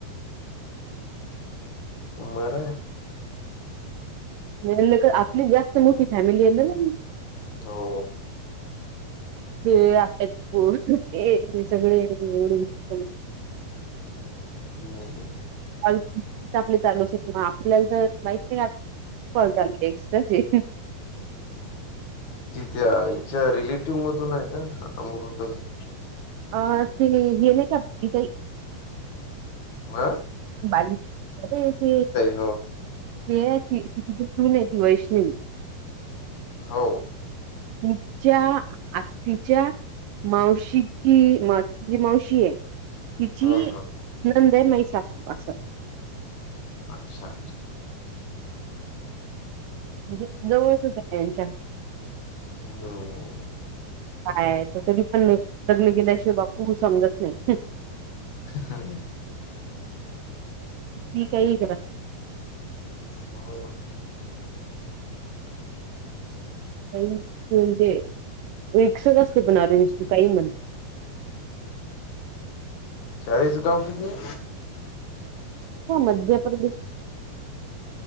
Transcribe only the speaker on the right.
म्ह ल आपली जास्त मोठी फॅमिली आहे ना
हे आय पो ते सगळे एवढे मोठ
अ आपली चालू शक ना आपल्याला तर माहीक नाही कॉल चाल एक्स्ट्रा ज
अ ते हेन काथई
बा ते
ते त तिथ सून य ती वैष्णववी
तिच्या आत् तिच्या मावशीची मावशीची मावशी आहे तिची
नंदे मै सासू असत
म्हणजे जवळचच यांच्या
काय तरी पण लग्न गेल्याशिवाय बापू समजत नाही
ठी काय जरा
का त म्हणजे व्स असत पण अरेंज तू काही म्हण
मध्य प्रदेश